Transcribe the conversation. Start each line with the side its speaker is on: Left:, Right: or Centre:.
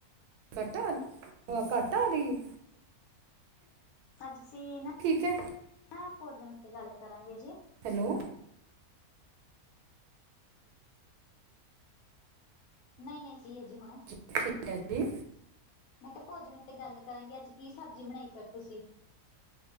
Right: ਘੱਟ ਆ ਰਹੀ ਘੱਟ ਆ ਆਈ।
Left: ਅੱਜ ਅਸੀਂ ਨਾ।
Right: ਠੀਕ ਹੈ।
Left: ਆਂ ਭੋਜਨ ਉੱਤੇ ਗੱਲ ਕਰਾਂਗੇ ਜੀ।
Right: ਹੈਲੋ।
Left: ਨਹੀਂ ਨਹੀਂ ਸੀ ਹੈ ਜੀ ਹੁਣ।
Right: ਠੀਕ ਹੈ ਜੀ।
Left: ਮੈਂ ਕਿਹਾ ਭੋਜਨ ਉੱਤੇ ਗੱਲ ਕਰਾਂਗੇ ਅੱਜ ਕੀ ਸਬਜ਼ੀ ਬਣਾਈ ਫਿਰ ਤੁਸੀਂ?